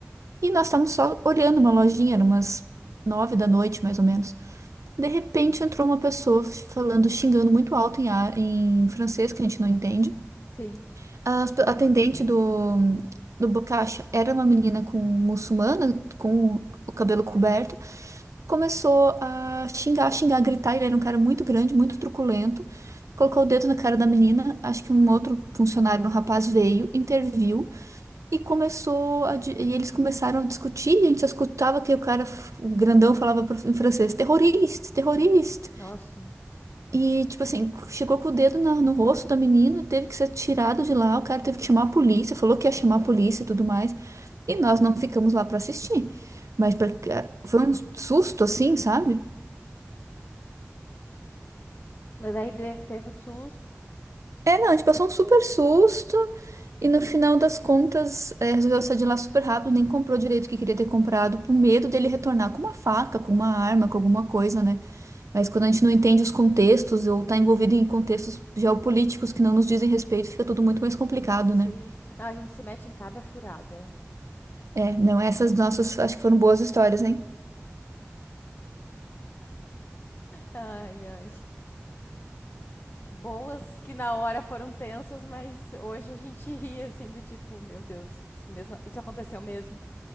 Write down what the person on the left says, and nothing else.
Sim.
Nossa.
Mas aí de- teve o susto.
Sim.
Não, a gente se mete em cada furada.
Ai, ai. Boas que na hora foram tensas, mas hoje a gente ri, assim, do tipo, meu Deus, isso mesmo, isso aconteceu mesmo.